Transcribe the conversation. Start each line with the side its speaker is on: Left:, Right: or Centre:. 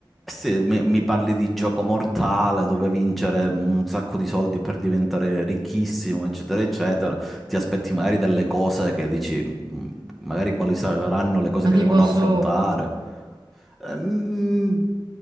Centre: Se mi, mi parli di gioco mortale dove vincere un sacco di soldi per diventare ricchissimo, eccetera, eccetera, ti aspetti magari delle cose che dici, "Mm, magari quali saranno le cose
Right: ma
Centre: che
Right: tipo
Centre: devono affrontare.
Right: so,
Centre: Ehm,